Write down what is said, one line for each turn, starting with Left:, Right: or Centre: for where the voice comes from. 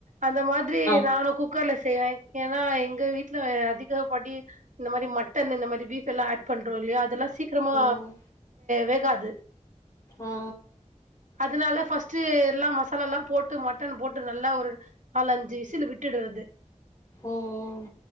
Right: அந்த மாரி
Left: ஆ
Right: நானு குக்கர்ல செய்வேன் ஏன்னா எங்க வீட்டுல அதிகப்படி இந்த மாரி மட்டன் இந்த மாரி பீஃப்ல்லாம் ஆட் பண்றோம் இல்லயா அதெல்லாம் சீக்கிரமா
Left: ம்
Right: வே க்காது
Left: ஆ
Right: அதனால ஃபர்ஸ்ட் எல்லாம் மசாலாலம் போட்டு மட்டன் போட்டு நல்லா ஒரு நாலு அஞ்சு விசில் விட்டுடுறது
Left: ம்